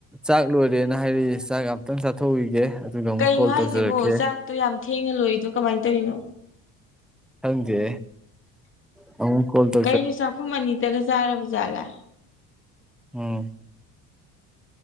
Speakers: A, in the centre; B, on the left.
A: ꯆꯥꯛ ꯂꯣꯏꯔ ꯣꯔꯦꯅ ꯍꯥꯏꯔꯛ ꯆꯥꯛ ꯑꯃꯨꯇꯪ ꯆꯥꯊꯣꯛꯎꯈꯤꯒꯦ ꯑꯗꯨꯒ ꯑꯃꯨꯛ
B: ꯀꯩꯅꯣ
A: ꯀꯣꯜ
B: ꯍꯥꯏꯁꯤꯕꯣ
A: ꯇꯧꯖꯔꯛꯀꯦ
B: ꯆꯥꯛꯇꯣ ꯌꯥꯝ ꯊꯦꯡꯅ ꯂꯣꯏꯔꯤꯗꯣ ꯀꯃꯥꯏꯅ ꯇꯧꯔꯤꯅꯣ
A: ꯍꯪꯗꯦ ꯑ ꯀꯣꯜꯗ
B: ꯀꯩꯅꯣ ꯆꯥꯛꯈꯨꯝ ꯑꯅꯤꯗꯒ ꯆꯥꯔꯕ ꯖꯥꯠꯂꯥ
A: ꯎꯝ